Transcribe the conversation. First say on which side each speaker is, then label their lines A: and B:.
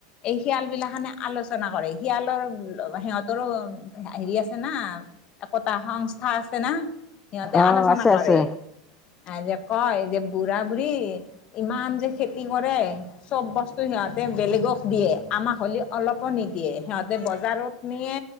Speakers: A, on the left; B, on the left.
A: এই শিয়াল বিলাখনে আলোচনা কৰে শিয়াল ‌য়ালৰ সিহঁতৰো হেৰি আছে না একতা সংস্থা আছে না সিহঁতে
B: অ'
A: আলোচনা
B: আছে
A: কৰে
B: আছে
A: যে কয় যে বুঢ়া- বুঢ়ী ইমান যে খেতি কৰে, চব বস্তু সিহঁত বেলেগক দিয়ে আমাক হ'লে অলপো নিদিয়ে, সিহঁতে বজাৰত নিয়ে